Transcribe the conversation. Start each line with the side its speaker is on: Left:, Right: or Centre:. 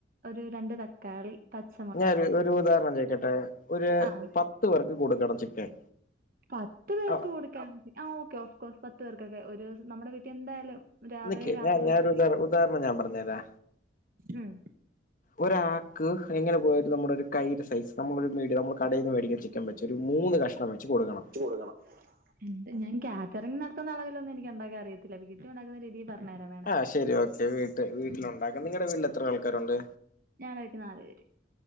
Right: ഒരു രണ്ട് തക്ക ക്കാളി പച്ച
Left: ഞാനോരു ഒരു ഉദാരണം ചേയിക്കട്ടെ ഒരു
Right: ആഹ്
Left: പത്ത് പേർക്ക് കൊട്ക്കണം ചിക്കൻ
Right: പത്ത് പേർക്ക്
Left: ആഹ്
Right: കൊടുക്കാൻ ആഹ് ഓക്കെ ഓഫ് കോസ് പത്ത് പേർക്കൊക്കെ ഒരുസം നമ്മടെ വീട്ടിൽ എന്തായാലും രാവിലെ
Left: നിക്ക്
Right: രാത്രിലും
Left: ഞാൻ ഞാനൊരു
Right: <inaudible>
Left: ഉദാ ഉദാഹരണം ഞാൻ പറഞ്ഞരാ
Right: ഉം
Left: ഒരാക്ക് എങ്ങനെ പോയാലും നമ്മുടോര് കൈയുടെ സൈസ് നമ്മളെ ഒരു മീഡിയ നമ്മള് കടേന്ന് വേടിക്കുന്ന ചി ക്കൻ വെച്ച് ഒരു മൂന്ന് കഷ്ണം വെച്ച് കൊട്ക്കണം
Right: കൊട്ക്കണം എന്ത് ഞാന് കാറ്ററിങ് നടത്ത്ന്നളവിലൊന്നും എനിക്ക് ഉണ്ടാക്കാൻ അറിയത്തില്ല വീട്ടി ഉണ്ടാക്കുന്ന രീതീ പറഞ്ഞെരാ വേ
Left: ആഹ് ശരി ഓക്കെ വീട്ട് വീട്ടിലുണ്ടാക്കുന്ന നിങ്ങടെ വീട്ടില് എത്ര ആള്ക്കാരുണ്ട്
Right: ഞായറായിട്ട് നാല് പേര്